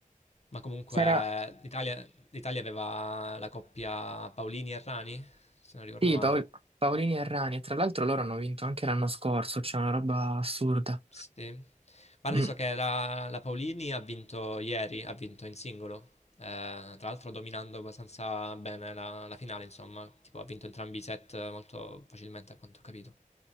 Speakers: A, on the left; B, on the right.
A: ma comunque
B: sarà,
A: l'Italia l'Italia aveva la coppia Paolini e Rani, se non ricordo
B: sì,
A: male.
B: Paol- Paolini e Rani, e tra l'altro loro hanno vinto anche l'anno scorso, c'è una roba assurda.
A: Sì. Guardi,
B: Mm,
A: so che la, la Paolini ha vinto ieri, ha vinto in singolo, eh, tra l'altro dominando abbastanza bene la, la finale, insomma, tipo ha vinto entrambi i set molto facilmente a quanto ho capito.